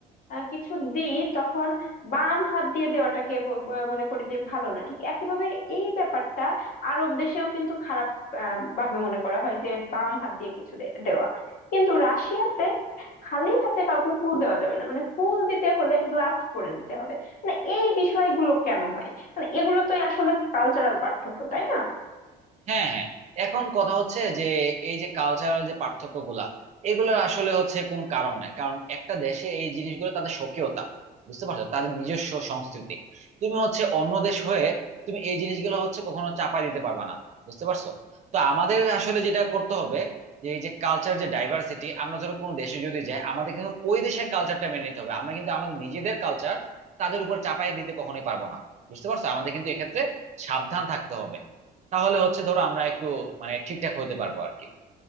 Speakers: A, on the left; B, on the right.
A: আহ, কিছু দিই তখন বাম হাত দিয়ে দেওয়াটাকে ব- ব- মনে করি যে ভালো না ঠিক একইভাবে এই ব্যাপারটা আরব দেশেও কিন্তু খারাপ আহ, ভাবে মনে করা হয় যে বাম হাত দিয়ে কিছু দে- দেওয়া কিন্তু রাশিয়াতে খালি হাতে কাউকে ফুল দেওয়া যাবে না মানে ফুল দিতে হলে গ্লাভস পরে নিতে হবে মানে এই বিষয়গুলো কেন হয় মানে এগুলো তো আসলে কালচারাল পার্থক্য তাই না
B: হ্যাঁ হ্যাঁ এখন কথা হচ্ছে যে এই যে কালচারাল যে পার্থক্য গুলা এগুলোর আসলে হচ্ছে কোন কারণ নাই কারণ একটা দেশে এই জিনিসগুলো তাদের স্বকীয়তা বুঝতে পারছো তাদের নিজস্ব সংস্কৃতি তুমি হচ্ছে অন্য দেশ হয়ে তুমি এই জিনিসগুলো হচ্ছে কখনো চাপাই দিতে পারবে না বুঝতে পারছো তো আমাদের আসলে যেটা করতে হবে যে এই যে কালচার যে ডাইভার্সিটি আমরা ধরো কোনো দেশে যদি যাই আমাদের কিন্তু ওই দেশের কালচারটা মেনে নিতে হবে আমরা কিন্তু আমাদের নিজেদের কালচার তাদের উপর চাপাই দিতে কখনোই পারবো না বুঝতে পারছো আমাদের কিন্তু এক্ষেত্রে সাবধান থাকতে হবে তাহলে হচ্ছে ধরো আমরা একটু মানে ঠিকঠাক হতে পারবো আর কি